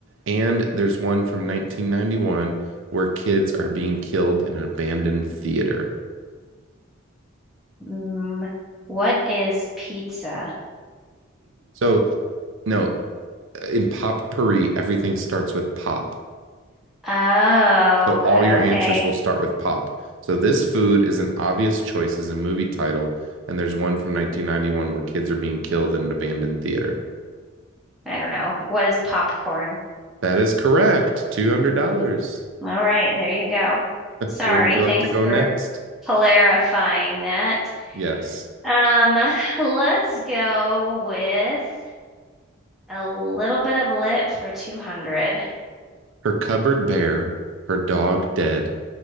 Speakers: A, on the right; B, in the centre.
A: and there's one from 1991 where kids are being killed in an abandoned theater.
B: Mm, what is pizza?
A: So, no, in potpourri, everything starts with pop.
B: Oh,
A: So, all your
B: okay.
A: answers will start with pop. So, this food is an obvious choice as a movie title, and there's one from 1991 where kids are being killed in an abandoned theater.
B: I don't know. What is popcorn?
A: That is correct. $200.
B: All right, there you go. Sorry,
A: Where would you
B: thanks
A: like to go
B: for
A: next?
B: clarifying that.
A: Yes.
B: Um, let's go with a little bit of lit for 200.
A: Her cupboard bare, her dog dead,